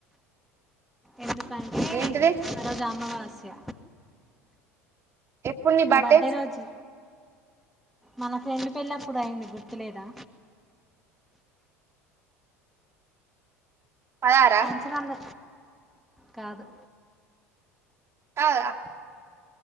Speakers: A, in the centre; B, on the right.
A: ఎందుకంటే
B: ఏంటిది
A: ఆ రోజు అమావాస్య
B: ఎప్పుడు నీ
A: నా
B: బర్త్డే
A: బర్డే రోజు మన ఫ్రెండ్ పెళ్ళిప్పుడు అయింది గుర్తులేదా
B: పదారా
A: పెన్షన్ అంద కాదు
B: రాలేదా